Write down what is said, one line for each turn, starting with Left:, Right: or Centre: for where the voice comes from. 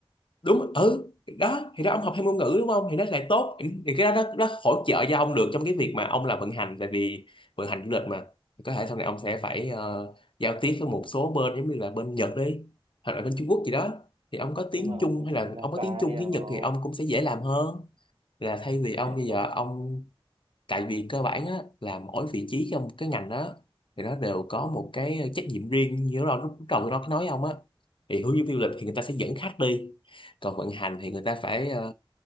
Left: đúng ừ đó thì đó ông học thêm ngôn ngữ đúng không thì nó lại tốt thì cái đó nó, nó hỗ trợ cho ông được trong cái việc mà ông làm vận hành tại vì vận hành du lịch mà có thể sau này ông sẽ phải ờ, giao tiếp với một số bên giống như là bên Nhật đi hoặc là bên Trung Quốc gì đó thì ông có tiếng
Right: đúng rồi
Left: Trung hay là
Right: mình là
Left: ông có
Right: sai
Left: tiếng Trung
Right: rồi
Left: tiếng Nhật thì ông cũng sẽ dễ làm hơn là thay vì ông bây
Right: đúng
Left: giờ ông tại vì cơ bản á, là mỗi vị trí trong cái ngành đó thì nó đều có một cái trách nhiệm riêng như lúc đầu lúc đầu tôi nói cái nói ông á thì hướng dẫn viên du lịch thì người ta sẽ dẫn khách đi còn vận hành thì người ta phải ờ,